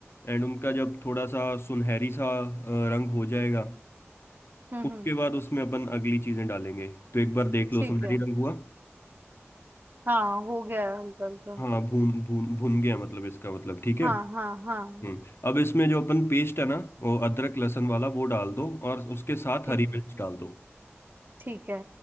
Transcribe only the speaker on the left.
एंड उनका जब थोड़ा सा सुनहरी सा अ, रंग हो जाएगा
उसके
बाद उसमें अपन अगली चीजें डालेंगे तो एक बार देख लो
सुनहरी
रंग हुआ
हाँ भून भून भून गया मतलब इसका मतलब ठीक है
हम्म अब इसमें जो अपन पेस्ट है ना वो अदरक लहसुन वाला वो डाल दो और उसके साथ
हरी
मिर्च डाल दो